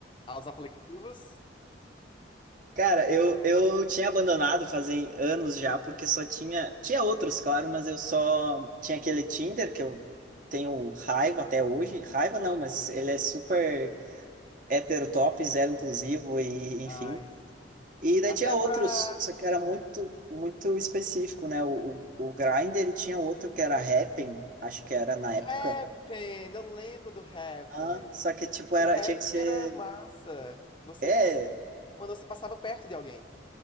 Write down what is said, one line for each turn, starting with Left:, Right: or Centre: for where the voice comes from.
Left: aos aplicativos?
Right: Cara, eu, eu tinha abandonado fazem anos já, porque só tinha. Tinha outros, claro, mas eu só tinha aquele Tinder que eu tenho raiva até hoje. Raiva não, mas
Left: Ok.
Right: ele é super heterotop zero inclusivo, e enfim.
Left: Ai, sim.
Right: E daí
Left: Até
Right: tinha outros,
Left: pra.
Right: só que era muito,
Left: é,
Right: muito específico, né? O, o, o Grindr e tinha outro que era Happn, acho que era na
Left: Happn!
Right: época.
Left: Eu lembro do Happn.
Right: Ah, só que, tipo, era,
Left: O Happn
Right: tinha que ser.
Left: era massa. Você
Right: É,
Left: conseguia. Quando você passava perto de alguém.